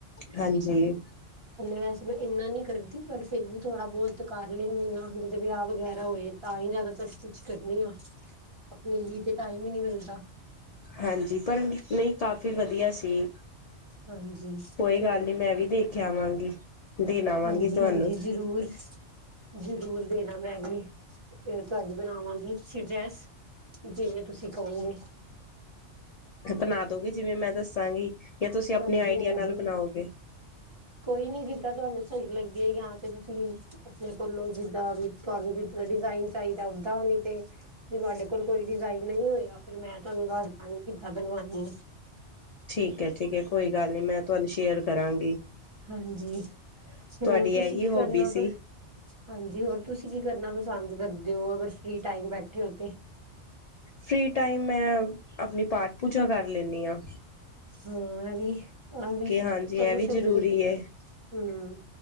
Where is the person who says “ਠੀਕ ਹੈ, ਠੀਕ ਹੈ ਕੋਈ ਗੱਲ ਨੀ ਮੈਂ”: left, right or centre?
Left